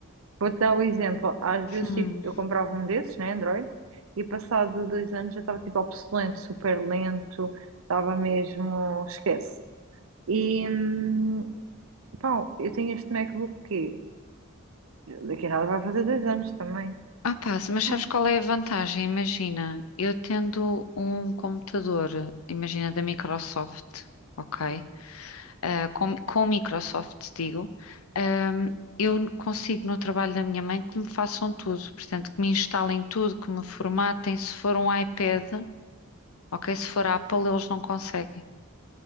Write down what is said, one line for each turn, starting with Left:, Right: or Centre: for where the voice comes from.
Right: Vou-te dar o exemplo. Às vezes,
Left: Hum.
Right: tipo, eu comprava um desses, né, Android, e passado dois anos já estava, tipo, obsoleto, super lento. Estava mesmo... Esquece. E, hum, pá, eu tenho este MacBook que daqui a nada vai fazer dois anos também.
Left: Ah, pá, mas sabes
Right: Hum.
Left: qual é a vantagem? Imagina, eu tendo um computador, imagina da Microsoft, ok? Ah, com, com Microsoft, digo, ahm, eu consigo no trabalho da minha mãe que me façam tudo, portanto, que me instalem tudo, que me formatem. Se for um iPad, ok? Se for Apple, eles não conseguem.